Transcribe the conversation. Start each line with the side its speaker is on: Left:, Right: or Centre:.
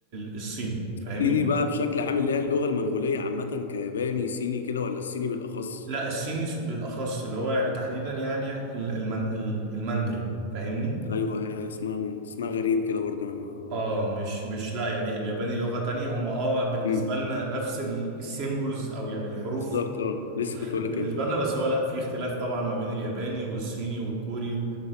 Right: الصيني فاهمني؟
Left: صيني بقى بشكل عام اللي هي اللغه المنغوليه عامه كياباني صيني كده ولا الصيني بالاخص
Right: لا الصيني بالأخص اللي هو يعني تحديدا يعني ال- المن- ال- الماندرين فاهمني؟
Left: ايوه هي اسمها اسمها غريب كده برضه انا ما...
Right: اه مش مش لا يعني الياباني لغة تانية هم اه بالنسبة
Left: مم.
Right: لنا نفس السيمبلز او يعني الحروف
Left: بالظبط اه لسه كنت اقول
Right: بالنسبة
Left: لك ايه
Right: لنا بس هو لا في اختلاف طبعا ما بين الياباني والصيني والكوري و-